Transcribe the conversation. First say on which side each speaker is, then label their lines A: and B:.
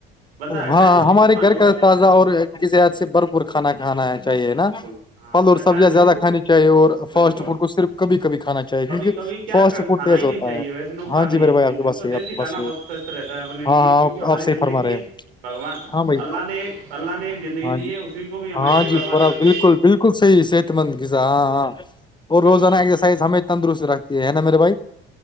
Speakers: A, on the right (about 85°); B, on the left (about 15°).
A: بندہ ہر
B: ہاں
A: ٹائم اسی
B: ہمارے
A: کو مانگے
B: گھر کا
A: گا کہ
B: تازہ
A: ہاں
B: اور کذت سے بھرپور کھانا کھانا چاہیے
A: بالکل
B: نا
A: ہاں
B: پلو اور
A: ہر
B: سبزیاں
A: ٹائم
B: زیادہ
A: ہے جو
B: کھانی چاہیے اور
A: بالکل
B: فاسٹ فوڈ کو صرف کبھی کبھی کھانا چاہیے کیونکہ
A: کبھی کبھی کیا
B: فاسٹ
A: کھانا
B: فوڈ تیز
A: ہی نہیں
B: ہوتا
A: چاہیے
B: ہے
A: ویسے نقصان
B: ہاں جی
A: نہیں
B: میرے
A: ہے اس
B: بھائی
A: چیز
B: اپ کی
A: سے
B: بات
A: کیوں
B: صحیح ہے
A: دیسی
B: اپ کی
A: کھانا
B: بات صحیح
A: بہت
B: ہے
A: سوستھ رہتا ہے اپنے
B: ہاں
A: لیے
B: ہاں
A: کیونکہ ہماری
B: آپ صحیح
A: زندگی
B: فرما رہے ہیں
A: ہے بگوان
B: ہاں بھائی
A: اللہ نے اللہ نے ایک زندگی
B: ہاں
A: دی
B: جی
A: ہے اسی کو بھی ہم
B: ہاں
A: ایے
B: جی
A: برباد
B: برا
A: کر
B: بالکل
A: دیں
B: بالکل صحیح صحت مند غذہ ہاں ہاں اور روزانہ
A: بالکل
B: ایگزرسائز ہش تندرست رکھتے یہ ہے نا میرے بھائی